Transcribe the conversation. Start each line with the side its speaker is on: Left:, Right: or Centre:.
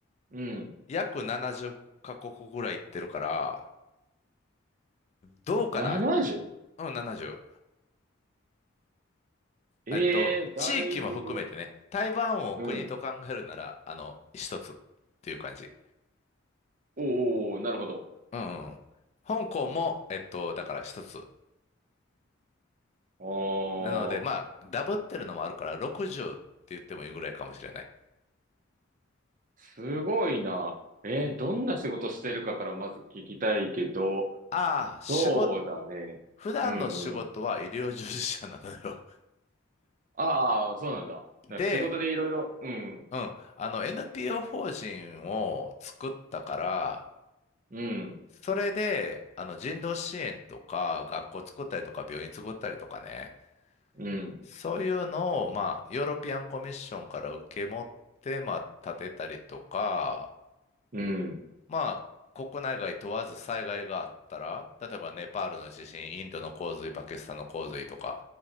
Right: うん。
Left: 約70カ国ぐらい行ってるから、どうかな
Right: 70?
Left: うん、70。
Right: ええー、
Left: えっと、
Right: だいぶ。
Left: 地域も含めてね、台湾を国と考えるなら、
Right: うん。
Left: あの、一つっていう感じ。
Right: おーおー、なるほど。
Left: うんうん。香港も、えっと、だから一つ。
Right: あー、
Left: なので、まあ、ダブってるのもあるから、60って言ってもいいぐらいかもしれない。
Right: すごいな。えー、どんな仕事してるかからまず聞きたいけど、
Left: ああ、仕事、
Right: そうだね。
Left: 普段の仕事は医療従事者なのよ。
Right: うんうん。ああ、そうなんだ。だから仕事でいろいろ、
Left: で、
Right: うん、
Left: うん。あの、NPO 法人を作ったから、
Right: うん、
Left: それで、あの、人道支援とか、学校作ったりとか、病院作ったりとかね、
Right: うん。
Left: そういうのを、まあ、ヨーロピアンコミッションから受け持って、まあ、建てたりとか、
Right: うん、
Left: まあ、国内外問わず災害があったら、例えばネパールの地震、インドの洪水、パキスタンの洪水とか、